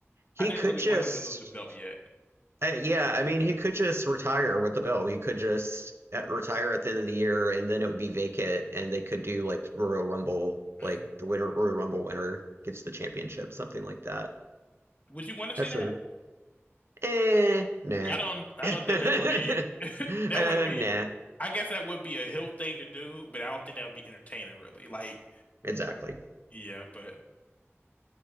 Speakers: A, on the right (about 60°); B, on the left (about 35°).
A: He
B: I didn't
A: could
B: really
A: just,
B: want him to lose the belt yet.
A: uh, yeah, I mean, he could just retire with the belt. He could just uh, retire at the end of the year, and then it would be vacant, and they could do like Royal Rumble, like
B: Mm.
A: the winner, Royal Rumble winner gets the championship, something like that.
B: Would you want to see
A: That's
B: that?
A: a, eh, nah.
B: Yeah, I don't I
A: <laughs>
B: don't think that would be
A: Uh,
B: that would be
A: nah,
B: I guess that would be a hill thing to do, but I don't think that would be entertaining really. Like
A: exactly.
B: yeah, but